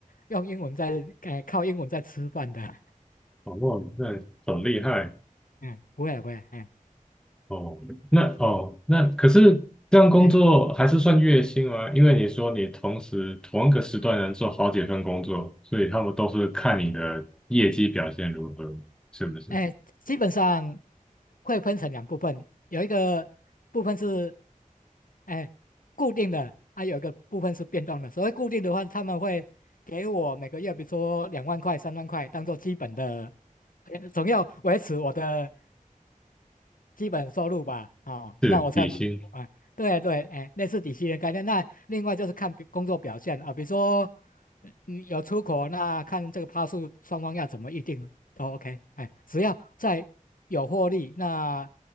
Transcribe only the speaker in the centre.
<laughs> 哦，哇，那很厉害
哦。那哦，那可是这样工作还是算月薪吗？
因为你说你同时同一个时段能做好几份工作，所以他们都是看你的业绩表现如何，是不是？
是底薪。